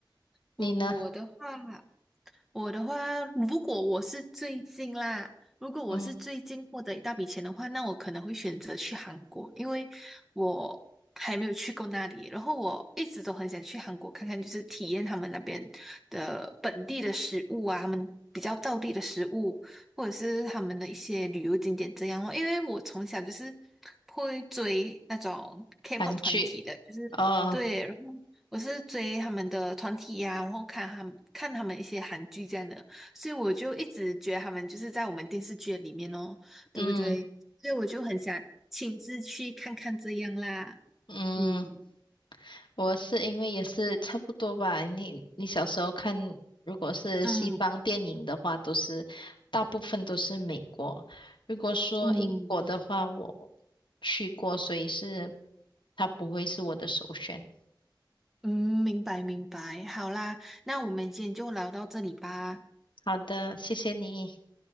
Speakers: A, in the centre; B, on the left (about 75°).
A: 我我的话。
B: 你呢？
A: 我的话，如果我是最近啦，如果我是最近获得一大笔钱的话，
B: 嗯，
A: 那我可能会选择去韩国，因为我还没有去过那里，然后我一直都很想去韩国看看，就是体验他们那边的本地的食物啊，他们比较道地的食物，或者是他们的一些旅游景点这样哦。因为我从小就是会追那种 K-pop
B: 韩剧。
A: 团体的，就是对，
B: 哦，
A: 然后。我是追他们的团体呀、然后看他们看他们一些韩剧这样的，所以我就一直觉得他们就是在我们电视剧里面哦，对不对？
B: 嗯
A: 所以我就很想亲自去看看这样啦。
B: 嗯。
A: 嗯
B: 我是因为也是差不多吧。你你小时候看，如果是西方电影的话，
A: 嗯
B: 都是大部分都是美国。如果说英国的话，
A: 嗯
B: 我去过，所以是它不会是我的首选。
A: 嗯，明白明白，好啦，那我们今天就聊到这里吧，
B: 好的，谢谢你，